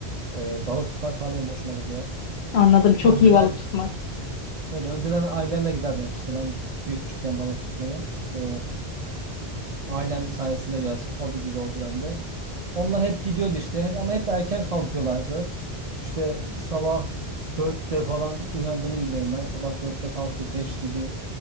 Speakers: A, on the right (about 45°); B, on the left (about 80°).
A: e, balık tutmak falan benim hoşuma gidiyor.
B: Anladım. Çok
A: Önceden
B: iyi balık tutmak.
A: evet, önceden ailemle giderdim hep işte ben küçükken balık tutmayı. E, Ailem sayesinde biraz hobi gibi oldu bende. Onlar hep gidiyordu işte hep, ama hep erken kalkıyorlardı. İşte sabah 4'te falan uyandığımı biliyorum ben. Sabah dörtte kalkıp 5 gibi